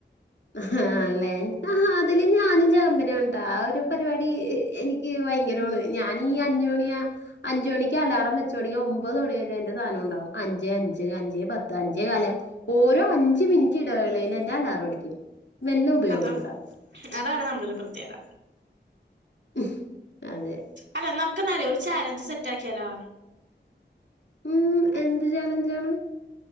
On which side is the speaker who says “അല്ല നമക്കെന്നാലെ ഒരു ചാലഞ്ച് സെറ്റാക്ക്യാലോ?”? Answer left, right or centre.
Right